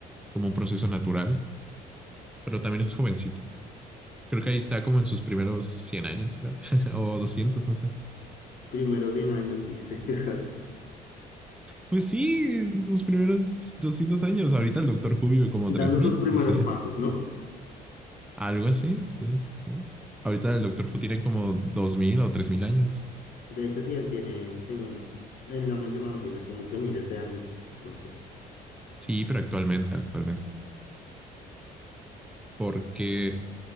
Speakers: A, in the centre; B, on the left.
A: como un proceso natural, pero también es jovencito. Creo que ahí está como en sus primeros 100 años, creo, <laughs> o 200 no sé.
B: Primeros 100 años, dice. <laughs>
A: Pues sí, sus primeros 200 años. Ahorita el Doctor Who vive como
B: Dando
A: tres mil
B: sus primeros
A: o sea,
B: pasos, ¿no?
A: algo así, sí, sí. sí. Ahorita el Doctor Who tiene como 2000 o 3000 años.
B: De hecho, sí, él tiene, según él lo ha mencionado, tiene como que miles de años. Entonces,
A: Sí, pero actualmente, actualmente. Porque